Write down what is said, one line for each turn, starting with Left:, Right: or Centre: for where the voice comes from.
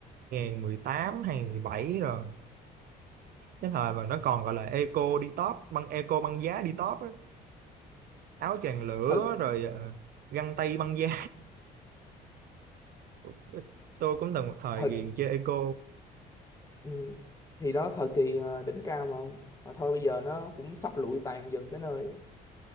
Right: 2018 bảy rồi cái thời mà nó còn gọi là eco đi top băng eco băng giá đi top á. áo choàng lửa
Left: thời
Right: rồi ờ, găng tay băng giá <laughs> tôi cũng từng một thời
Left: thời
Right: ghiền chơi eco
Left: Ừ. Thì đó thời kỳ ờ, đỉnh cao mà không? Mà thôi bây giờ nó cũng sắp lụi tàn dần tới nơi.